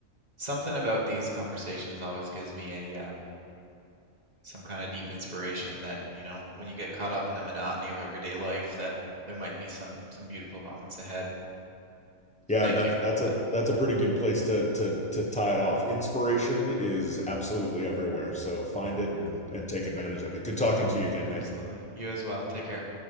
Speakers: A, on the right; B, in the centre.
A: something about these conversations always gives me a um, some kind of deep inspiration that, you know, when you get caught up in the monotony of everyday life, that there might be some some beautiful moments ahead.
B: Yeah,
A: So thank
B: that's
A: you
B: that's
A: for that.
B: a that's a pretty good place to to to tie it off. Inspiration is absolutely everywhere, so find it
A: Yeah,
B: and, and take advantage of it. Good talking to you again,
A: absolutely.
B: Nick.
A: You as well. Take care.